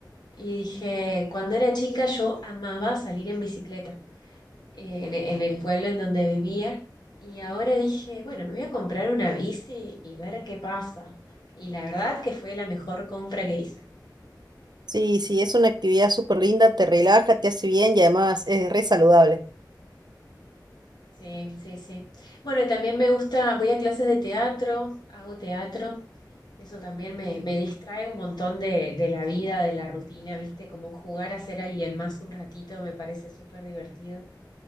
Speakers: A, on the left (about 65°); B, on the right (about 65°).
A: Y dije, cuando era chica yo amaba salir en bicicleta eh, en, en el pueblo en donde vivía. Y ahora dije, bueno, me voy a comprar una bici y ver qué pasa. Y la verdad que fue la mejor compra que hice.
B: Sí, sí, es una actividad súper linda, te relaja, te hace bien y además es re saludable.
A: Sí, sí, sí. Bueno, y también me gusta, voy a clases de teatro, hago teatro, eso también me, me distrae un montón de, de la vida, de la rutina, ¿viste? Como jugar a ser alguien más un ratito me parece súper divertido.